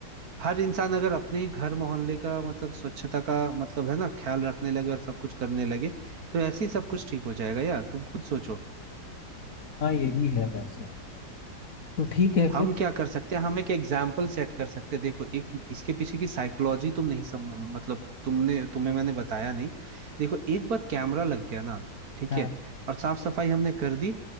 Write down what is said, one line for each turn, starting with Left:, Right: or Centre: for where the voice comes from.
Right: हर इंसान अगर अपने ही घर मोहल्ले का मतलब स्वच्छता का मतलब है ना ख्याल रखने लगे और सब कुछ करने लगे तो ऐसे ही सब कुछ ठीक हो जाएगा यार तुम खुद सोचो
Left: हाँ ये भी है वैसे तो ठीक है
Right: हम
Left: फिर
Right: क्या कर सकते हैं हम एक एग्जाम्पल सेट कर सकते हैं देखो एक इसके पीछे की साइकोलॉजी तुम नहीं सम मतलब तुमने तुम्हें मैंने बताया नहीं देखो एक बार कैमरा लग गया ना ठीक
Left: हाँ
Right: है और साफ सफाई हमने कर दी